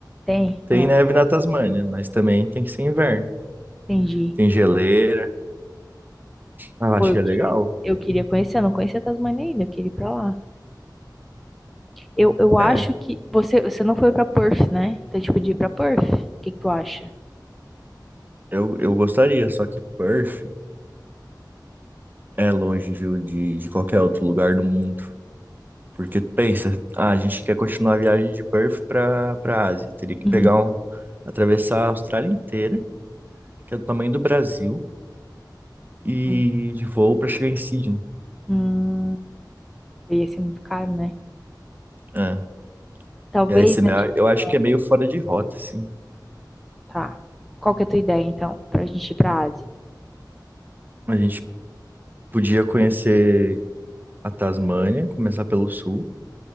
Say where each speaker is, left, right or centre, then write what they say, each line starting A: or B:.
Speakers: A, in the centre; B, on the right (about 25°).
A: tem.
B: Tem
A: Ah,
B: neve na Tasmânia, mas também tem que ser inverno.
A: entendi.
B: Tem geleira. Ah, eu
A: Pô,
B: acho
A: eu
B: que
A: queria,
B: é legal.
A: eu queria conhecer. Eu não conhecia a Tasmânia ainda. Eu queria ir pra lá. Eu, eu acho
B: É,
A: que. Você, você não foi pra Perth, né? Então, tipo, de ir pra Perth? O que que tu acha?
B: eu, eu gostaria, só que Perth é longe, viu, de, de qualquer outro lugar do mundo. Porque pensa, ah, a gente quer continuar a viagem de Perth para para Ásia. Teria que
A: Uhum.
B: pegar um, atravessar a Austrália inteira, que é do tamanho do Brasil, e
A: Hum,
B: de voo para chegar em Sydney.
A: hum, ia ser muito caro, né?
B: É.
A: Talvez
B: E aí você, me-
A: a gente.
B: eu acho
A: Ah,
B: que é meio fora de rota, assim.
A: tá. Qual que é a tua ideia, então, pra gente ir pra Ásia?
B: A gente podia conhecer a Tasmânia, começar pelo sul,